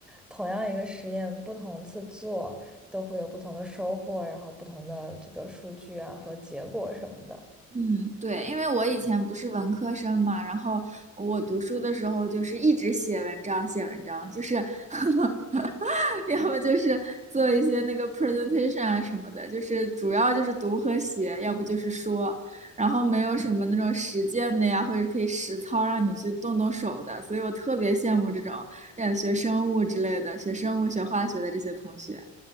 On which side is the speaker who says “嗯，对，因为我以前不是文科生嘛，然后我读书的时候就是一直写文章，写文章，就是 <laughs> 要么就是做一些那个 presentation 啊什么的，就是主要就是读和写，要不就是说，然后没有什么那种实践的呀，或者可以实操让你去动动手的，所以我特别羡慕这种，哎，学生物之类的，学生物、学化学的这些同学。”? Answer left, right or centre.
Right